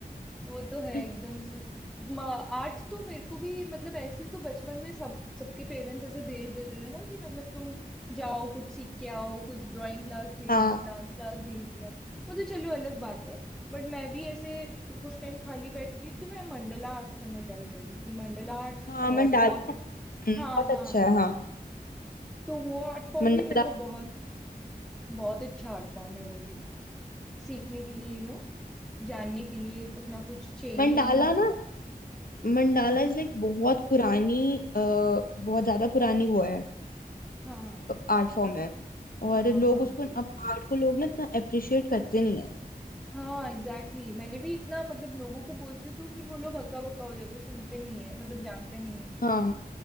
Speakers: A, in the centre; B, on the left.
A: वो तो है
B: <laughs>
A: एकदम से म- आर्ट तो मेरे को भी मतलब ऐसे तो बचपन में सब सबके पेरेंट्स ऐसे भेज देते थे ना कि मतलब तुम जाओ कुछ सीख के आओ कुछ ड्राइंग क्लास भेज
B: हाँ
A: दिया डांस क्लास भेज दिया वो तो चलो अलग बात है बट मैं भी ऐसे कुछ टाइम खाली बैठती थी तो मैं मंडला आर्ट करना चालू कर दी थी मंडला आर्ट
B: हाँ
A: अ,
B: मंडाला
A: बहुत
B: हम्म,
A: हाँ
B: बहुत
A: हाँ
B: अच्छा है हाँ
A: तो वो आर्ट फॉर्म
B: मंडाला
A: भी मेरे को बहुत बहुत अच्छा आर्ट फॉर्म है वो भी सीखने के लिए यू नो जानने के लिए उतना कुछ चाहिए
B: मंडाला
A: नहीं
B: ना मंडाला
A: हाँ
B: इज लाइक बहुत पुरानी अ, बहुत ज्यादा पुरानी वो है
A: हाँ
B: आर्ट फॉर्म है और
A: हाँ
B: लोग
A: हाँ
B: उसको अब आर्ट को लोग ना इतना अप्रिशिएट करते नहीं है
A: हाँ एग्जैक्टली exactly. मैंने भी इतना मतलब लोगों को बोलते तो फिर वो लोग हक्का बक्का हो जाते सुनते नहीं है मतलब जानते नहीं है
B: हाँ